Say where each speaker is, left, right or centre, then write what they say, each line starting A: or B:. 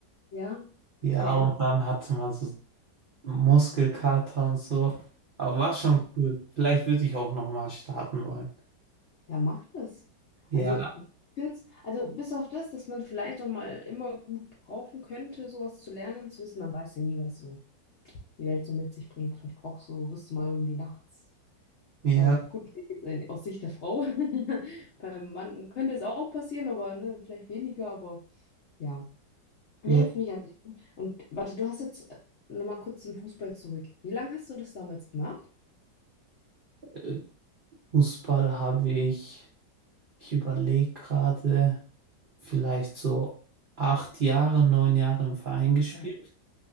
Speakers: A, on the left (about 70°); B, on the right (about 80°).
A: Ja,
B: Ja,
A: okay.
B: Ja. und dann hatte man so Muskelkater und so. Aber war schon cool. Vielleicht würde ich auch nochmal starten wollen.
A: Ja, macht es.
B: Ja,
A: Also, ich find's, also bis auf das, dass man vielleicht auch mal immer gut brauchen könnte, sowas zu lernen, zu wissen, man weiß ja nie, was so die Welt so mit sich bringt. Vielleicht brauchst du, wirst du mal irgendwie nachts.
B: Ja,
A: Ähm, gut, <laughs> vielleicht jetzt in- aus Sicht der Frau. <laughs> Beim Mann könnte es auch passieren, aber ne, vielleicht weniger, aber ja. Nee,
B: ja.
A: finde ich an sich gut. Und warte, du hast jetzt äh, nochmal kurz zum Fußball zurück. Wie lange hast du das damals gemacht?
B: äh, Fußball habe ich, ich überlege gerade, vielleicht so acht Jahre, neun Jahre im Verein gespielt.
A: Oh,